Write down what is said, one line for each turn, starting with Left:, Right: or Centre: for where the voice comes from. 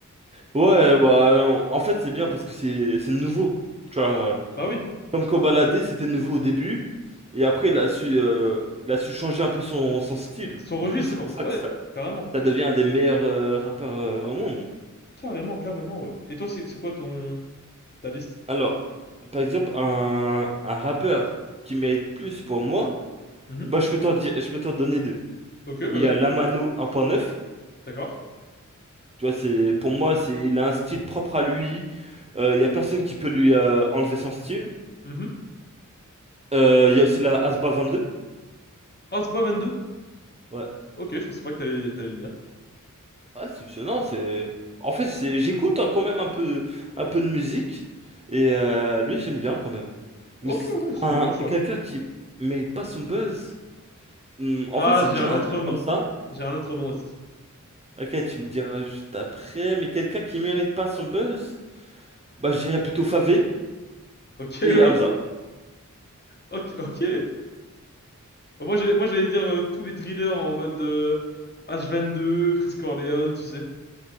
Right: Ouais, bah, on- en fait, c'est bien parce que c'est c'est nouveau. Tu vois, euh,
Left: Bah oui,
Right: comme Kobalade, c'était nouveau au début. Et après, il a su, euh, il a su changer un peu son, son style.
Left: son
Right: Du
Left: registre,
Right: coup, c'est pour ça
Left: ouais,
Right: que ça,
Left: carrément.
Right: ça devient un des meilleurs euh, rappeurs euh, au monde.
Left: Carrément, carrément, ouais. Et toi, c'est c'est quoi ton... ta liste?
Right: Alors, par exemple, un, un rappeur qui mérite plus pour moi,
Left: Mhm.
Right: eh ben, je peux t'en dire, je peux t'en donner deux.
Left: Ok,
Right: Il
Left: vas-y,
Right: y a Lamano un point neuf
Left: d'accord.
Right: Tu vois, c'est, pour moi, c'est, il a un style propre à lui. Euh, Il y a personne qui peut lui euh, enlever son style.
Left: Mhm.
Right: Euh, Il y a aussi la Asba 22.
Left: Ah, c'est pas 22?
Right: Ouais.
Left: Ok, je pensais pas que t'allais t'allais le lire.
Right: Ouais, c'est c'est- non, c'est en fait c'est j'écoute hein, quand même un peu un peu de musique et euh, lui j'aime bien quand même.
Left: Ok,
Right: Mais c'est
Left: ouais, c'est
Right: un
Left: des vrais choix.
Right: quelqu'un qui mérite pas son buzz. Hmm, En
Left: Ah,
Right: fait, c'est
Left: j'ai
Right: dur
Left: un
Right: à
Left: autre
Right: dire
Left: nom.
Right: comme ça.
Left: J'ai un autre nom aussi.
Right: Ok, tu me diras juste après, mais quelqu'un qui mérite pas son buzz, bah je dirais plutôt Favé
Left: Ok, <laughs>
Right: et
Left: oui.
Right: Hamza.
Left: Ok, ok. Bah, Moi, j'allais, moi, j'allais dire euh, tous les thrillers en mode euh, h deux Frisco Orleans, tu sais,